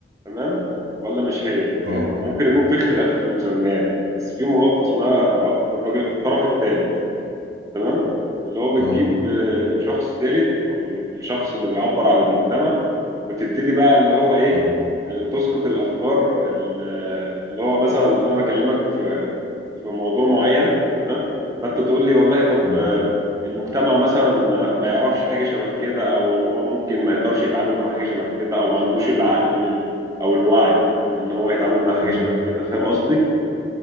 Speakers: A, on the right; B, on the right.
A: تمام ولا مش هي فاهم
B: اه
A: هو ممكن يكون في اختلاف في المسميات بس في مغالطة اسمها مغالطة الراجل الطرف الثالث تمام اللي هو بتجيب
B: اه
A: آه، شخص ثالث او الشخص اللي بيعبر عن المجتمع وتبتدي بقى اللي هو ايه
B: اه
A: آه، تسقط الافكار ال- آه، اللي هو مثلا انا بكلمك في في موضوع معين تمام فانت تقول لي والله طب
B: امم
A: آه، المجتمع مثلا ما ما يعرفش حاجه شبه كده او ان هو ممكن ما يقدرش يتعامل مع حاجه شبه كده او ما عندوش العقل ال- او الوعي ان هو يتعامل مع حاجه
B: امم
A: شبه كده فاهم قصدي